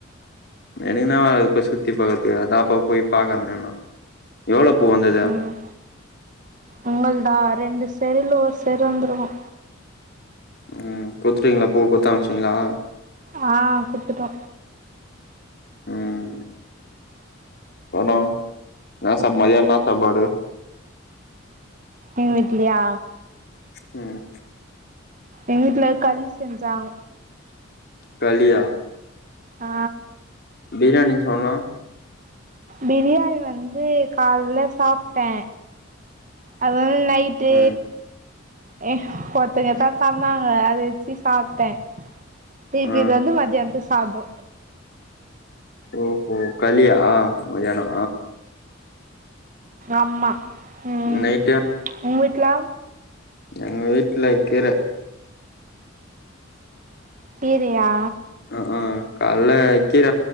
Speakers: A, on the left; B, on the right.
A: எனக்கு என்னா இப்ப சுத்தி பாக்கற்துக்கு அதா அப்பப்போய் பாக்கறறன்னா எவ்வளோ பூ வந்தது
B: ம் உங்கள்தா ரெண்டு செடில ஒரு செடி வந்திருக்கு
A: ம் கொத்துட்டீங்களா பூ கொத்து அம்ச்சீடீங்களா
B: ஆ குடுத்துட்டோ
A: ம் வானா என்ன சாப் மதிய என்ன சாப்பாடு
B: எங் வீட்லயா
A: ம்
B: எ வீட்டுல களி செஞ்சாங்க
A: களியா
B: ஆ
A: பிரியாணி சொன்ன
B: பிரியாணி வந்து கால்ல சாப்ட்டே அது நைட்டு
A: ம்
B: ஏ ஒருத்துங்க தா தந்தாங்க அத வச்சு சாப்ட்டே திருப்பி
A: ஆ
B: இத வந்து மதியான்த்துக்கு சாதோ
A: ஓஹோ களியா மதியானோ
B: ஆமா ம்
A: நைட்டு
B: உங்க வீட்டு்ல
A: எங்க வீட்ல கீர
B: கீரையா
A: ஆ ஆ காலைல கீர